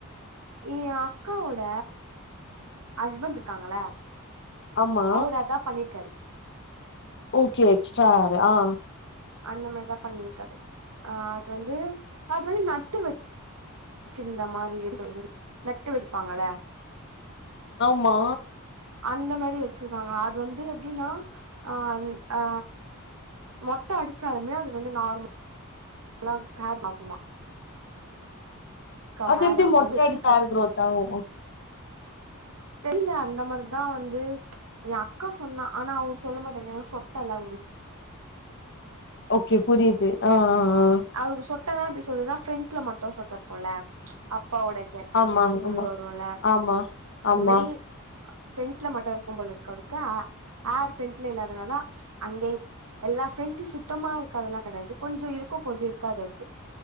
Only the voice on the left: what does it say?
ஆமா
ஓகே எக்ஸ்ட்ரா ஹேர் ஆ
ஆம்மா
அது
எப்டி
மொட்ட
அடிச் ஹேர் குரோத் ஆவு
ஓக்கே புரியுது ஆ ஆ ஆ
ஆமா
ஆமா
ஆமா
ஆமா